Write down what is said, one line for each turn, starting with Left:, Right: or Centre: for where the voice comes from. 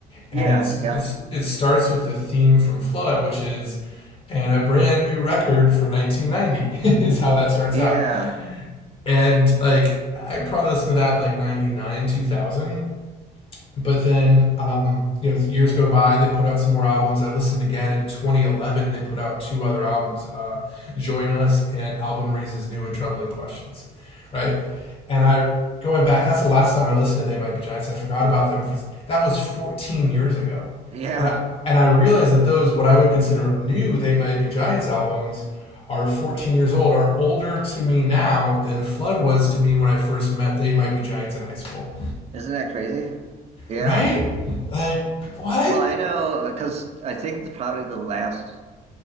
Right: Yeah,
Left: And it's
Right: yeah,
Left: it's it starts with the theme from Flood, which is and a brand new record for 1990 <laughs> is how that starts
Right: yeah,
Left: out. And like I probably listened to that in like 99, 2000 but then um, you know years go by they put out some more albums i listened again in 2011 they put out two other albums uh, join us and album raises new and troubling questions right and i going back that's the last time i listened to they might be giants i forgot about them for that was 14 years ago
Right: yeah.
Left: and i and i realized that those what i would consider new they might be giants albums are 14 years old are older to me now than flood was to me when i first met they might be giants in high school
Right: Isn't that crazy? Yeah.
Left: Right? Like, what?
Right: Well, I know because I think the, probably the last